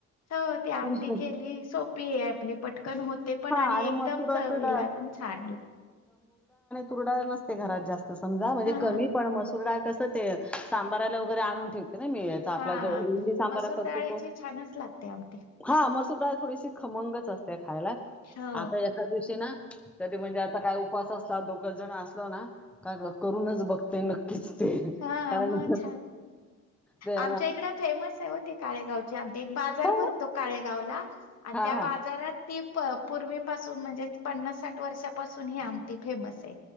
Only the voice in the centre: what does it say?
की-
हा
मसुरा
चिडा
मसूरडाळ नसते घरात जास्त समजा म्हणजे
कमी पण मसूरडाळ कसं ते सांबाराला वगैरे आणून ठेव नाही मिळाचा आपला
जो इली सांबा
खर्च
त
हा मसूर डाळ खमंग च असते खायला
आता एखादं दिवशी ना कधी म्हणजे काय आता दोघ जण असले ना तर करूनच बघते न तेच ते
कारण
ते
हो
हा
हा